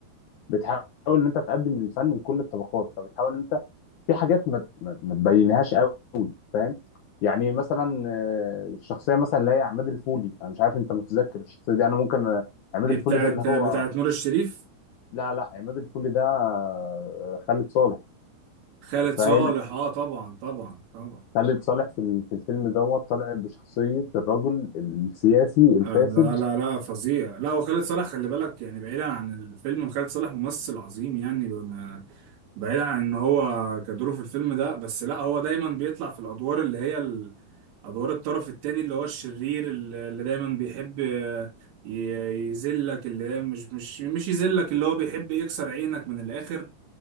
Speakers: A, on the left (about 80°); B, on the right (about 90°).
A: بتحاول ان انت تقدم الفن لكل الطبقات فبتحاول ان انت في حاجات ما ما ما تبينهاش قوي فاهم يعني مثلا آه، الشخصيه مثلا اللي هي عماد الفولي انا مش عارف انت متذكر الشخصيه دي انا ممكن آه، عماد
B: دي
A: الفولي
B: بتاعت
A: ده اللي
B: بتاعت
A: هو
B: نور الشريف
A: لا لا عماد الفولي ده آه، خالد صالح
B: خالد
A: فاهم
B: صالح اه طبعا طبعا طبعا
A: خالد صالح في ال- في الفيلم دوت طالع بشخصيه الرجل السياسي الفاسد
B: آه لا لا لا فظيع لا وخالد صالح خلي بالك يعني بعيدا عن الفيلم خالد صالح ممثل عظيم يعني ب- بعيدا عن ان هو كدوره في الفيلم ده بس لا هو دايما بيطلع في الادوار اللي هي ال- ادوار الطرف التاني اللي هو الشرير اللي اللي دايما بيحب آه، ي- يذلك اللي دايما مش مش مش يذلك اللي هو بيحب يكسر عينك من الاخر